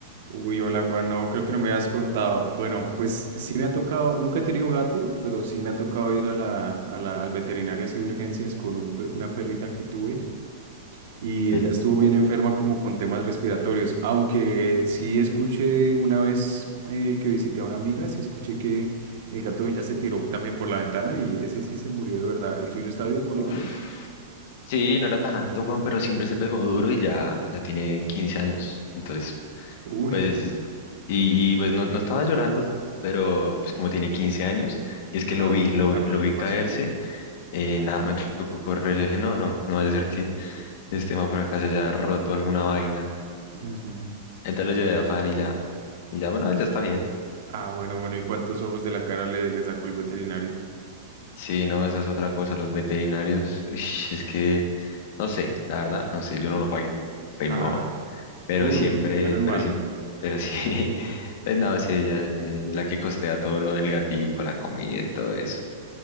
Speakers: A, on the right (about 70°); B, on the left (about 55°).
A: Uy, hola Juan, no, creo que no me habías contado. Bueno, pues sí me ha tocado, nunca he tenido gato, pero sí me ha tocado ir a la, a la- al veterinario así de urgencias con un pe- una perrita que tuve y
B: Mm,
A: ella estuvo bien enferma como con temas respiratorios, aunque sí escuché una vez eh, que visité a una amiga, sí escuché que el gato de ella se tiró también por la ventana y ese sí se murió de verdad. ¿El suyo está vivo por
B: uf.
A: lo menos?
B: Sí, no era tan alto, weón, pero siempre se pegó duro y ya, ya tiene 15 años, entonces
A: Uy,
B: Pues, y, y, pues no, no estaba llorando, pero pues como tiene 15 años, y es
A: claro,
B: que lo vi, lo,
A: la
B: vi lo
A: preocupación.
B: vi caerse, eh, nada, me tocó correr, yo dije, no, no, no vaya a ser que este man por acá se haya roto alguna vaina.
A: Ujú.
B: Entonces lo llevé a Fan y ya, y ya, bueno, ya está bien.
A: Ah, bueno, bueno, ¿y cuántos ojos de la cara le, le sacó el veterinario?
B: Sí, no, esa es otra cosa, los veterinarios, uish, es que, no sé, la verdad, no sé, yo no lo pagué, fue
A: Ah,
B: mi mamá, pero
A: uy,
B: siempre,
A: menos mal.
B: pero siempre, pero sí, <laughs> pues nada, sí, ella es la que costea todo lo del gatico, la comida y todo eso.